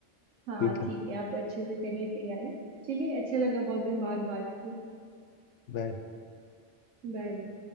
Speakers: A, on the right; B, on the left.
A: हाँ
B: ठीक है
A: ठीक है आप अच्छे से करिए तैयारी चलिए अच्छा लगा बहुत दिन बाद बात की
B: बाय
A: बाय